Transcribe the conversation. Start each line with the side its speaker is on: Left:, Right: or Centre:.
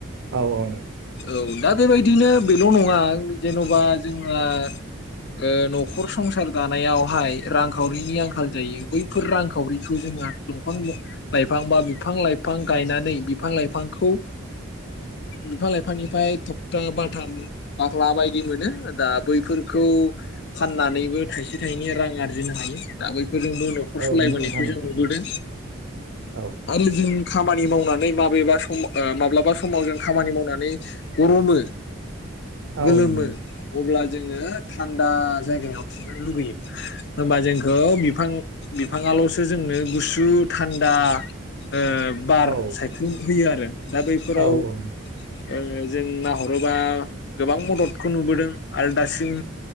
Right: औ औ नोंगौ
Left: औ दा बेबायदिनो बेल' नङा जेन'बा जोंहा ओ न'खर संसार दानायावहाय रांखावरिनि आंखाल जायो बैफोर रांखावरिखौ जोंङो दंफां लाइफां बा बिफां लाइफां गायनानै बिफां लाइफां खौ बिफां लाइफांनिफ्राय थखथा बाथाम बाख्ला बायदि मोनो। दा बैफोरखौ फाननानैबो थाइसे थाइनै रां आरजिनो हायो दा बै फोरजोंबो न'खर
Right: औ
Left: सालायबोनायखौ
Right: नंगौ नोंथां नंगौ
Left: जों नुबोदों
Right: थिग औ
Left: आरो जों खामानि मावनानै माबेबा सम ओ माब्लाबा समाव जों खामानि मावनानै गरमो
Right: औ
Left: गोलोमो
Right: नंगौ नोंथां
Left: अब्ला जोङो थान्दा जायगायाव थिनो लुुबैयो होमबा जोंखौ बिफां बिफाङाल'सो जोंनो गुसु थान्दा ओ बार
Right: औ
Left: सायख्लुम होयो आरो दा बैफोराव
Right: औ औ नंगौ
Left: ओ जों नाहरोबा गोबां मददखौ नुबोदों आरो दासिम